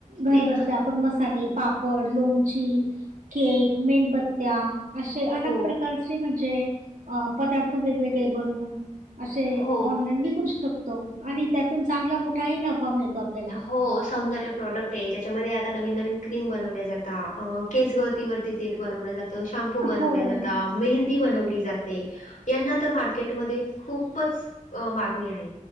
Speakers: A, on the right; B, on the left.
A: घर
B: ते
A: बसल्या आपण मसाले पाप कॉडलूंगची केक मेनबत्त्या असे अनेक
B: हो
A: प्रकारचे अशे म्हणजे पदार्थ वेगगळे बून असे
B: हो
A: ऑनलाईन विकू टिकतो आणि त्यातून चांगला मोठा ही नफा मिळतो आपल्याला.
B: हो सौंदर्य प्रोडक्ट आहे ज्याच्यामध्ये आता नवीन नवीन क्रीम बनवल्या जात आ हा केस गळतीवरती तेल बनवल जात शॅम्पू बनवल्या
A: हो.
B: जाता मेहंदी बनवली जाते यांना तर मार्केटमध्ये खूपच अ मागणी आहे